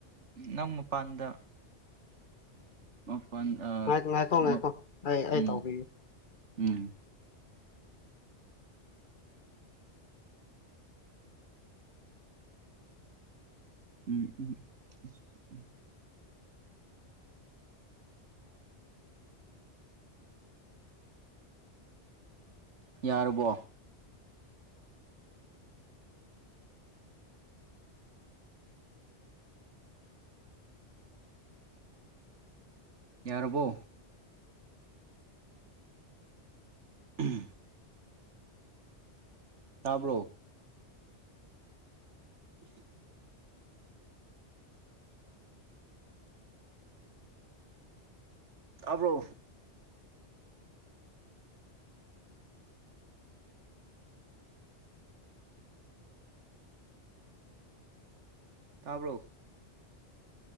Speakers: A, on the right (about 85°); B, on the left (about 50°).
A: ꯅꯪ ꯃꯄꯥꯟꯗ ꯃꯄꯟ ꯑ
B: ꯉꯥꯏ ꯉꯥꯏꯈꯣ ꯉꯥꯏꯈꯣ
A: ꯃ
B: ꯑꯩ ꯑꯩ
A: ꯎꯝ
B: ꯇꯧꯕꯤꯒꯦ
A: ꯎꯝ ꯎꯝ ꯎꯝ ꯎꯝ ꯌꯥꯔꯕꯣ ꯌꯥꯔꯕꯣ ꯎꯝ ꯇꯥꯕ꯭ꯔꯣ ꯎ <unintelligible> <inaudible> ꯑꯕ꯭ꯔꯣ ꯇꯥꯕ꯭ꯔꯣ